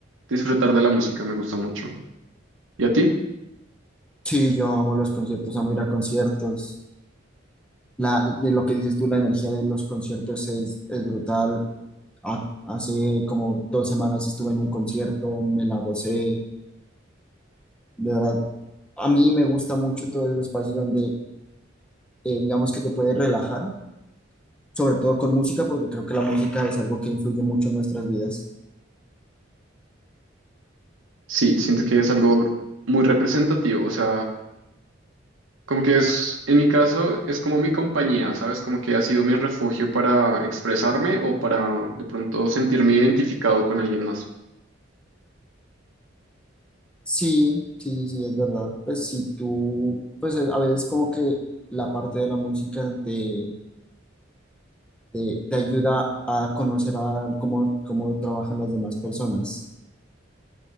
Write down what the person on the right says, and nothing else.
disfrutar de la música me gusta mucho. ¿Y a ti?
Sí, siento que es algo muy representativo. O sea, Como que es, en mi caso, es como mi compañía, ¿sabes? Como que ha sido mi refugio para expresarme o para de pronto sentirme identificado con alguien más.